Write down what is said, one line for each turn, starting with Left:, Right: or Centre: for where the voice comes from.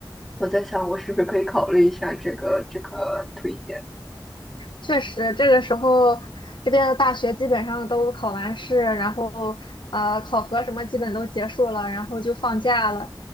Centre: 我在想我是不是可以考虑一下这个这个推荐。
Left: 确实，这个时候这边的大学基本上都考完试，然后呃考核什么基本都结束了，然后就放假了。